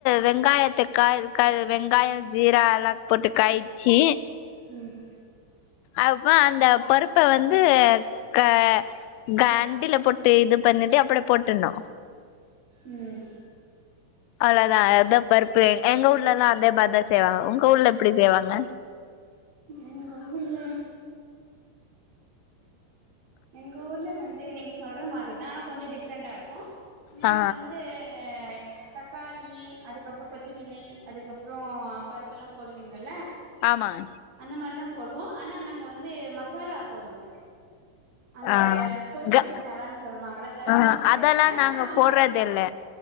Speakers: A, on the left; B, on the right.
A: வெங்காயத்த காழ் கழ் வெங்காய ஜீரால்லா போட்டுக்கய் சீ
B: ம்
A: அதுப்மா அந்த பருப்ப வந்து க கண்டில போட்டு இது பண்ணிட்டு அப்ட போட்டுணு
B: ம்
A: அவ்ளோதா அதா பருப்பு எங்க ஊர்லல்லா அத மார்த செய்வாங்க உங்க ஊர்ல எப்டி செய்வாங்க
B: எங்க ஊர்ல எங்க ஊர்ல வந்து நீங்க சொல்ற மாரிதா ஆனா கொஞ்ச டிஃப்ரெண்ட்டாருக்கு நீங்க
A: ஆ
B: வந்து ஏ தக்காளி அதுக்கப்பற கொத்திமில்லி அதுக்கப்றோ பருப்பெல்லா போடுவீங்கள
A: ஆமாக
B: அந்த மாரிதா போடுவோ ஆனா நாங்க வந்து மசாலா போடுவோ அந்த
A: ஆ
B: கொழும்பு
A: க
B: மசாலான்னு சொல்லுவாங்கல்ல கரம்
A: அ
B: மசாலா
A: அதெல்லா
B: இல்ல
A: நாங்க
B: சாம்பார்
A: போர்றதுல்ல